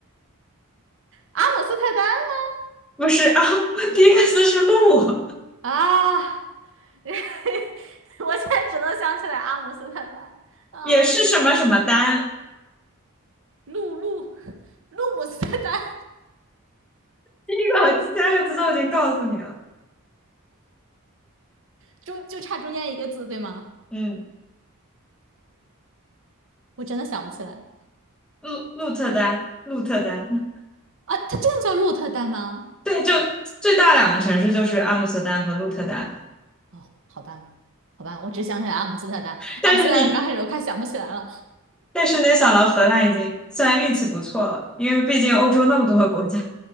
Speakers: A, on the right (about 60°); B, in the centre.
A: 阿姆斯特丹吗？
B: 不是啊，<laughs> 第一个字是鹿，
A: 啊，<laughs> 我现在只能想起来阿姆斯特丹啊，
B: 也是什么什么丹。
A: 鹿鹿鹿姆斯特丹，
B: 这个三个字都已经告诉你了。
A: 中就差中间一个字，对吗？
B: 嗯，
A: 我真的想不起来
B: 鹿鹿特丹，鹿特丹，
A: 啊，它真的叫鹿特丹吗？
B: <laughs> 对，就最大两个城市就是阿姆斯特丹和鹿特丹。
A: 哦，好吧，好吧，我只想起来阿姆斯特丹，
B: 但是你，
A: 阿姆斯特丹刚开始我快想不起来了。
B: 但是没想到荷兰已经虽然运气不错了，因为毕竟欧洲那么多个国家。